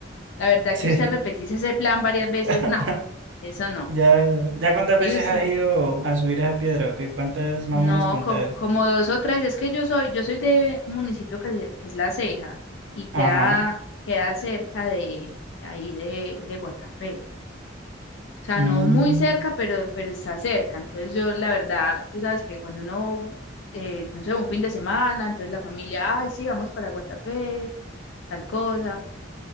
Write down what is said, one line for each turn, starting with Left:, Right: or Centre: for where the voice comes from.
Left: La verdad
Right: Sí.
Left: que usted repetís ese plan varias veces,
Right: <laughs>
Left: no, eso no.
Right: Ya, ya cuántas
Left: Sí,
Right: veces
Left: usted,
Right: has ido a subir esa piedra, ¿ok? ¿Cuántas más
Left: no,
Right: o menos contás?
Left: como, como dos o tres, es que yo soy, yo soy de un municipio que, se- que es La Ceja y queda,
Right: Ajá.
Left: queda cerca de ahí de, de Guatapé. O sea,
Right: Mm,
Left: no muy cerca, pero, pero está cerca. Entonces yo, la verdad, tú sabes que cuando uno, eh, no sé, un fin de semana, entonces la familia, ay, sí, vamos para Guatapé, tal cosa.